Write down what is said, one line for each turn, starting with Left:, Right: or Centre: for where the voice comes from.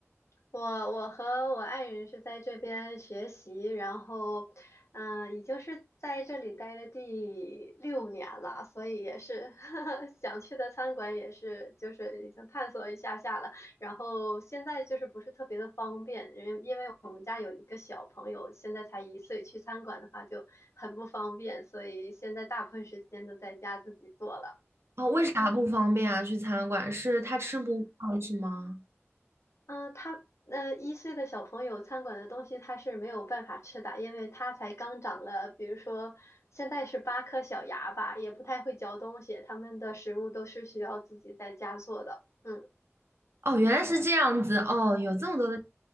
Left: 我我和我爱人是在这边学习，然后，嗯、已经是在这里待了第六年了，所以也是 <laughs> 想去的餐馆也是就是已经探索一下下了，然后现在就是不是特别的方便，因因为我们家有一个小朋友，现在才一岁，去餐馆的话就很不方便，所以现在大部分时间都在家自己做了。
Right: 哦，为啥不方便啊？
Left: 嗯
Right: 去餐馆是他吃不惯是吗？
Left: 嗯，呃他呃一岁的小朋友餐馆的东西他是没有办法吃的，因为他才刚长了，比如说现在是八颗小牙吧，也不太会嚼东西，他们的食物都是需要自己在家做的。嗯，
Right: 哦，原来是这样子。哦，有这么多的，